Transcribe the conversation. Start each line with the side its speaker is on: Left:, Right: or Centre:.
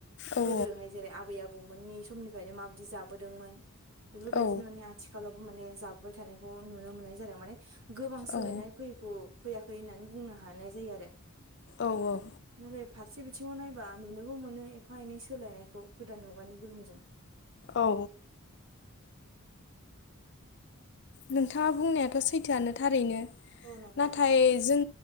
Left: अ औ
Right: गोदोहाय जेरै आबै आबौमोननि समनिफ्रायनो माबायदि जाबोदोंमोन। बेफोरबायदिनो
Left: औ
Right: माने आथिखालावबो माने जाब जाबोबाय थानायखौ नुनो मोननाय जादों माने गोबां सोलायनाय
Left: औ
Right: फैयैखौ फैयाखै होननानै बुंनो हानाय जायो आरो
Left: औ औ
Right: नाथाय फारसे बिथिङाव नायबा नुनोबो मोनो एफा एनै सोलायनायखौ गोदान मुगानि गोहोमजों।
Left: औ। नोंथांङा बुंनायाथ' सैथोआनो थारैनो
Right: औ नंगौ
Left: नाथाय
Right: नोंथां
Left: जों